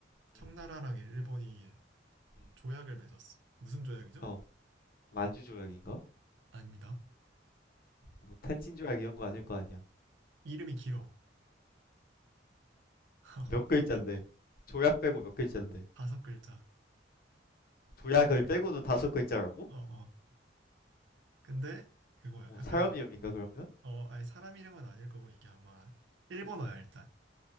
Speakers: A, on the left (about 55°); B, on the right (about 80°).
A: 음,
B: 청나라랑 일본이
A: 음.
B: 조약을 맺었어. 무슨 조약이죠?
A: 어, 만주 조약인가?
B: 아닙니다.
A: 뭐 텐신 조약 이런 거 아닐 거 아니야.
B: 이름이 길어. <laughs>
A: 몇 글자인데? 조약 빼고 몇 글자인데?
B: 다섯 글자.
A: 조약을
B: 네.
A: 빼고도 다섯 글자라고?
B: 어, 어. 근데 그거야.
A: 뭐
B: 약간
A: 사람 이름인가 그러면?
B: 어, 아니 사람 이름은 아닐 거고 이게 아마 일본어야 일단.